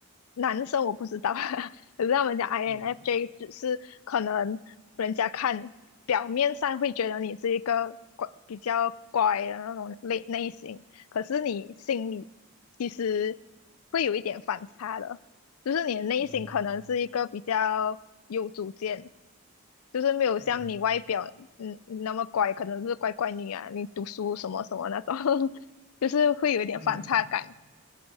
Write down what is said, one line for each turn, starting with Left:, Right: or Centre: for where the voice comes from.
Left: 男生我不知道，<laughs> 可是他们讲 INFJ
Right: 嗯
Left: 只是可能人家看表面上会觉得你是一个乖比较乖的那种类类型，可是你心里其实会有一点反差的，就是你的内心可能是一个比较有主见，
Right: 嗯
Left: 就是没有像你外表嗯那么乖，
Right: 嗯
Left: 可能是乖乖女啊，你读书什么什么那种，<laughs> 就是会有一点反差感。
Right: 嗯。